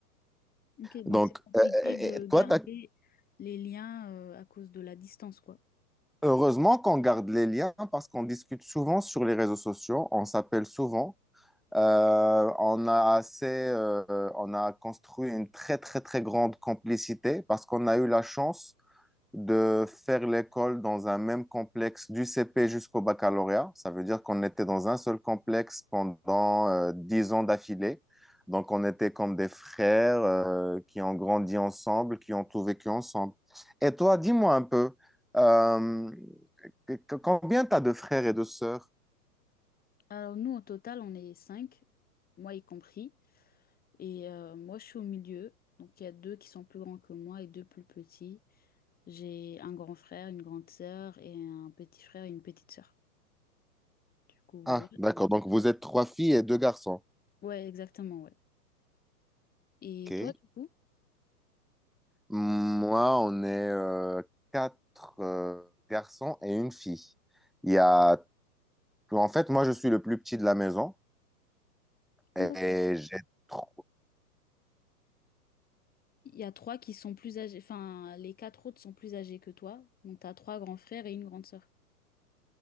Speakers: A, on the left; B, in the centre.
A: Ok, donc
B: Donc,
A: c'est compliqué
B: euh, et-
A: de
B: et
A: garder
B: toi, t'as-
A: les liens euh, à cause de la distance, quoi.
B: heureusement qu'on garde les liens parce qu'on discute souvent sur les réseaux sociaux, on s'appelle souvent. Euh, on a assez, euh, on a construit une très, très, très grande complicité parce qu'on a eu la chance de faire l'école dans un même complexe du CP jusqu'au baccalauréat. Ça veut dire qu'on était dans un seul complexe pendant euh, dix ans d'affilée. Donc, on était comme des frères euh, qui ont grandi ensemble, qui ont tout vécu ensemble. Et toi, dis-moi un peu, euh, que- que- combien t'as de frères et de sœurs?
A: Alors nous, au total, on est cinq, moi y compris, et euh, moi je suis au milieu, donc il y a deux qui sont plus grands que moi et deux plus petits. J'ai un grand frère, une grande sœur et un petit frère et une petite sœur. Du coup, voilà.
B: Ah, d'accord. Donc, vous êtes trois filles et deux garçons.
A: Ouais, exactement, ouais. Et
B: OK.
A: toi, du coup?
B: Moi, on est euh, quatre euh, garçons et une fille. Il y a En fait, moi, je suis le plus petit de la maison
A: Ah,
B: et
A: d'accord.
B: j'ai 30
A: Il y a trois qui sont plus âgés, enfin, les quatre autres sont plus âgés que toi, donc t'as trois grands frères et une grande sœur.